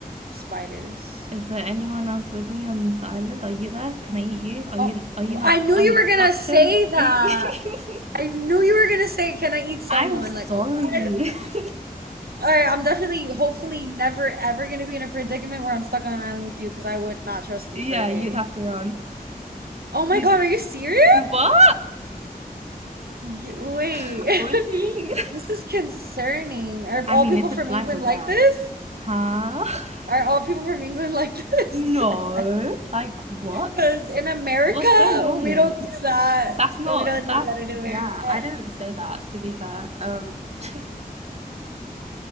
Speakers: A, on the right; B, on the right.
A: spiders?
B: Is there anyone else with me on the island? Are you there? Can I eat you? Are
A: Oh,
B: you are you not
A: I knew
B: an
A: you were gonna
B: option?
A: say that.
B: you- <laughs>
A: I knew you were gonna say, "Can I eat someone?"
B: I'm sorry.
A: Like, what?
B: <laughs>
A: All right, I'm definitely, hopefully, never ever gonna be in a predicament where I'm stuck on an island with you because I would not trust
B: yeah,
A: you for a
B: you'd
A: day.
B: have to run.
A: Oh my
B: You
A: God, are you serious?
B: what?
A: You, wait,
B: <laughs> what do you
A: <laughs>
B: mean?
A: this is concerning. Are
B: I
A: all
B: mean,
A: people
B: if
A: from
B: it's life
A: England
B: or death.
A: like this?
B: Huh? <laughs>
A: Are all people from England like this?
B: No.
A: <laughs>
B: Like what?
A: Because in America,
B: What's so normal?
A: we don't do that.
B: That's not
A: We don't
B: that's
A: do that in
B: yeah,
A: America.
B: I didn't say that to be fair. Um <laughs>